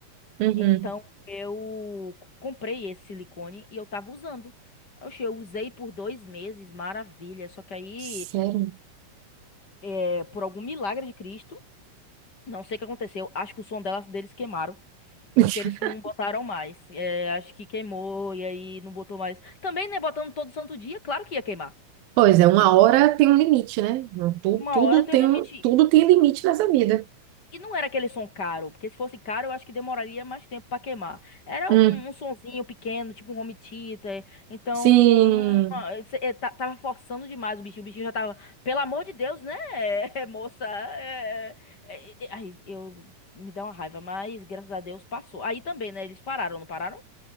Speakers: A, on the right; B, on the left.
A: Uhum.
B: então eu comprei esse silicone e eu tava usando. Oxe, Eu usei por dois meses, maravilha. Só que aí,
A: Sério?
B: é, por algum milagre de Cristo, não sei o que aconteceu. Acho que o som dela, deles queimaram.
A: <laughs>
B: Porque eles não botaram mais. É, acho que queimou e aí não botou mais. Também, né? Botando todo santo dia, claro que ia queimar.
A: Pois é, uma hora tem um limite, né? Tudo,
B: Uma
A: tudo
B: hora tem
A: tem
B: um limite.
A: um, tudo tem limite nessa vida.
B: E não era aquele som caro, porque se fosse caro, eu acho que demoraria mais tempo pra queimar. Era
A: Hum,
B: um, um sonzinho pequeno, tipo um home theater. Então,
A: sim,
B: uma- cê- eh, tá- tava forçando demais o bichinho. O bichinho já tava, pelo amor de Deus, né, <laughs> moça? É, é, é, é. ai, eu me dá uma raiva, mas graças a Deus passou. Aí também, né? Eles pararam, não pararam?